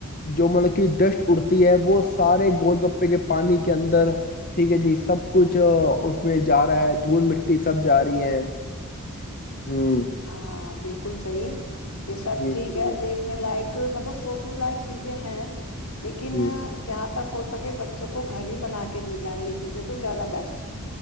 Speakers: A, on the left (about 40°); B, on the left (about 85°).
A: جو مطلب کہ ڈسٹ اڑتی ہے وہ سارے گول گپے کے پانی کے اندر ٹھیک ہے جی سب کچھ اس میں جا رہا ہے دھول مٹی سب جا رہی ہے ہ
B: ہاں بالکل صحیح یہ سب
A: جی
B: ٹھیک
A: جی
B: ہے
A: جی
B: دیکھنے لائق ایک مطلب سوچنے لائق چیزیں ہیں لیکن
A: جی
B: جہاں تک تک ہو سکے بچوں کو گھر ہی بنا کے دی جائیں یہ چیزیں تو زیادہ بیسٹ ہے